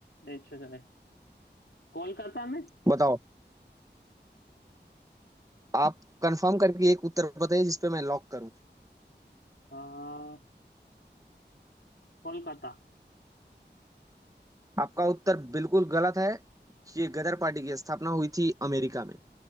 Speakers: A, on the left; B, on the right.
A: अच्छा अच्छा कोलकाता में
B: बताओ आप कंफर्म करके एक उत्तर बताइए जिस पे मैं लॉक करूं
A: आ, कोलकाता
B: आपका उत्तर बिल्कुल गलत है ये गदर पार्टी की स्थापना हुई थी अमेरिका में